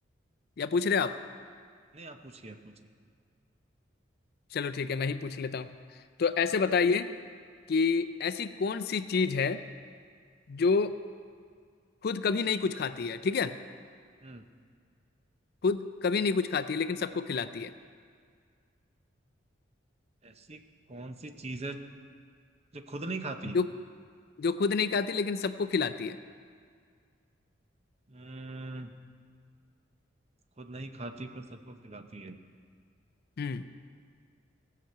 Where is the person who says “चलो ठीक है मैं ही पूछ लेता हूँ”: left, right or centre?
Left